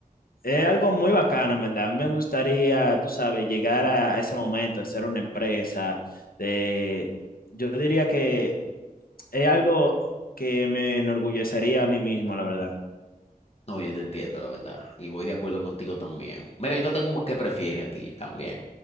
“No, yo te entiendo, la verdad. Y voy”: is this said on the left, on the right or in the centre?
Left